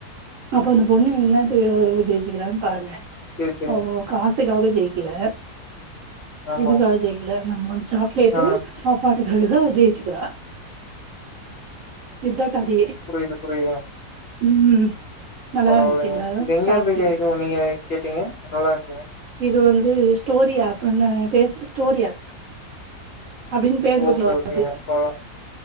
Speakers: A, on the right (about 60°); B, on the left (about 55°).
A: அப்போ அந்த பொண்ணு என்னாத்து ஜெயிச்சுக்கிறான் பாருங்க
B: சரி, சரிங்க.
A: அவ காசுக்காக ஜெயிக்கல
B: ஆமாமா.
A: இதுக்காக ஜெயிக்கல நம்ம ச பிளேட்டு
B: ஆ.
A: சாப்பாட்டுக்காகதா ஜெயிச்சுக்கிறா இத்தா கதயே
B: புரியுது புரியுது
A: ம் நல்லா
B: பரவால்லங்க
A: இருந்துச்சுங்களா
B: இது எங்க
A: ஷார்ட்
B: இருந்து
A: ஃபிலிம்
B: க நீங்க கேட்டீங்க நல்லா இருந்ச்சுங்க
A: இது வந்து ஸ்டோரி ஆப்ன்னு பேச ஸ்டோரி ஆப் அப்டின்னு பேஸ்புக்ல
B: ஓகே,
A: வருது
B: ஓகேங்க. பரவா